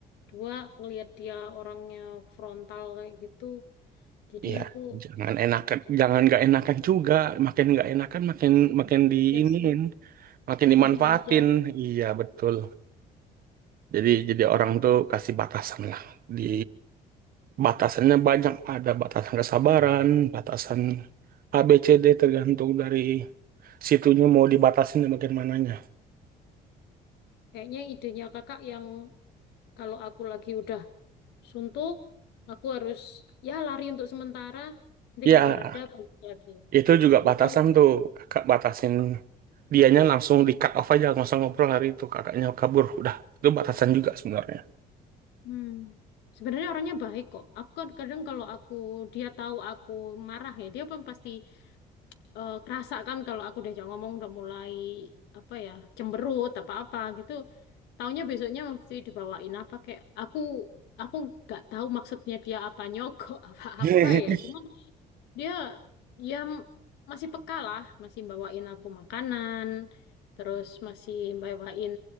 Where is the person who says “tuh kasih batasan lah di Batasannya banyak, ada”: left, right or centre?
Right